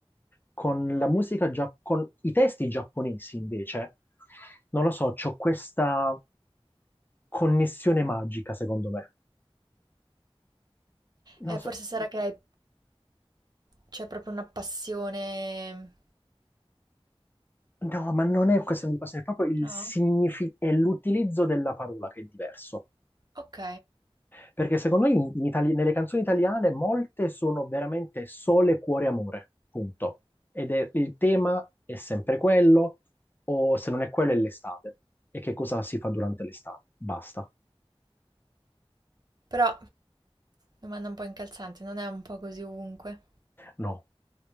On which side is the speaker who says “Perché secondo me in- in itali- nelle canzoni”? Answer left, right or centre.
Left